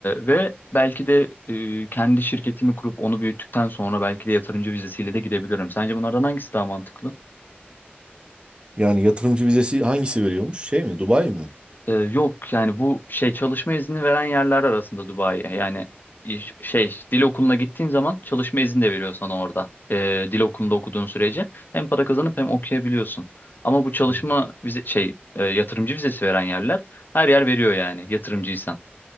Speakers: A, on the left; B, on the right.
A: ve belki de e, kendi şirketimi kurup onu büyüttükten sonra belki de yatırımcı vizesiyle de gidebilirim. Sence bunlardan hangisi daha mantıklı?
B: Yani yatırımcı vizesi hangisi veriyormuş? Şey mi? Dubai mi?
A: Ee, yok yani bu şey çalışma izni veren yerler arasında Dubai. Yani iş- şey dil okuluna gittiğin zaman çalışma izni de veriyor sana orada. Ee, dil okulunda okuduğun sürece hem para kazanıp hem okuyabiliyorsun. Ama bu çalışma
B: Hı.
A: vize şey e, yatırımcı vizesi veren yerler her yer veriyor yani yatırımcıysan.